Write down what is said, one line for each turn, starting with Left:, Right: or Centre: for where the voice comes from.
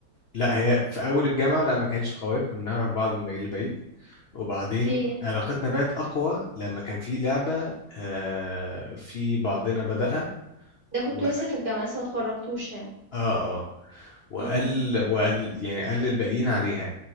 Left: لا هي في أول الجامعة لا ما كانش قوية كنا نعرف بعض من بعيد لبعيد وبعدين
Right: أوكي
Left: علاقتنا بقت أقوى لما كان في لعبة آه في بعضنا بدأها
Right: ده كنت
Left: و...
Right: لسه في الجامعة لسه ما اتخرجتوش يعني
Left: آه آه وقال
Right: إمم.
Left: وقال يعني قال للباقيين عليها